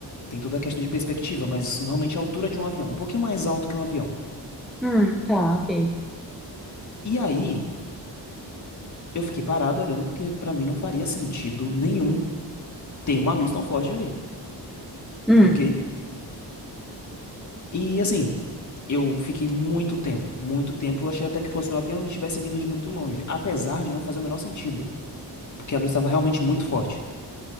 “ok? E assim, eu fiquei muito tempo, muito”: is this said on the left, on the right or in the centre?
Left